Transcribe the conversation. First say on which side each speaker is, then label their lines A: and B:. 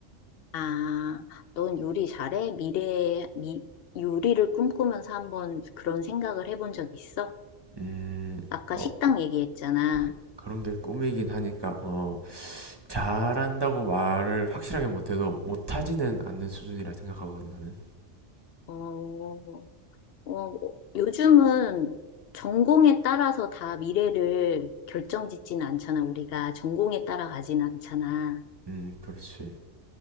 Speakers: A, on the left; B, on the right.
A: 아, 넌 요리 잘해? 미래에 미, 요리를 꿈꾸면서 한번 그런 생각을 해본 적 있어?
B: 음,
A: 아까
B: 어,
A: 식당 얘기했잖아.
B: 그, 런게 꿈이긴 하니까, 어, 잘한다고 말을 확실하게 못해도 못하지는 않는 수준이라 생각하거든, 나는.
A: 어, 어, 요즘은 전공에 따라서 다 미래를 결정짓지는 않잖아. 우리가 전공에 따라 가진 않잖아.
B: 음, 그렇지.